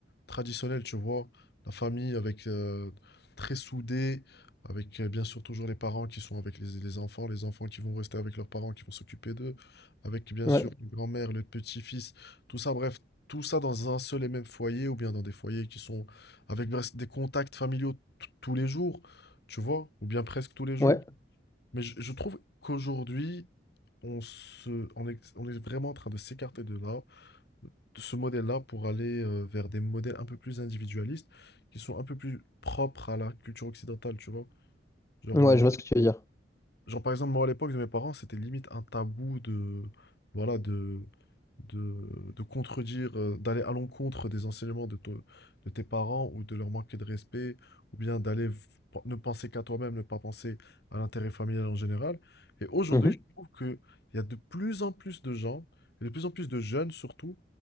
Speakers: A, on the left; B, on the left.
A: traditionnelle, tu vois. La famille avec euh, très soudée, avec euh, bien sûr toujours les parents qui sont avec les, les enfants, les enfants qui vont rester avec leurs parents, qui vont s'occuper d'eux, avec bien
B: ouais,
A: sûr une grand-mère, le petit-fils, tout ça, bref, tout ça dans un seul et même foyer, ou bien dans des foyers qui sont avec bref, des contacts familiaux t- tous les jours, tu vois, ou bien presque tous les jours.
B: ouais,
A: Mais je je trouve qu'aujourd'hui, on se, on est, on est vraiment en train de s'écarter de là, de ce modèle-là, pour aller euh, vers des modèles un peu plus individualistes, qui sont un peu plus propres à la culture occidentale, tu vois. Genre,
B: ouais, je
A: euh,
B: vois ce que tu veux dire.
A: Genre, par exemple, moi, à l'époque de mes parents, c'était limite un tabou de, voilà, de, de, de contredire, euh, d'aller à l'encontre des enseignements de, to- de tes parents ou de leur manquer de respect, ou bien d'aller v- pen- ne penser qu'à toi-même, ne pas penser à l'intérêt familial en général. Et aujourd'hui,
B: Mhm.
A: je trouve qu'il y a de plus en plus de gens, et de plus en plus de jeunes surtout,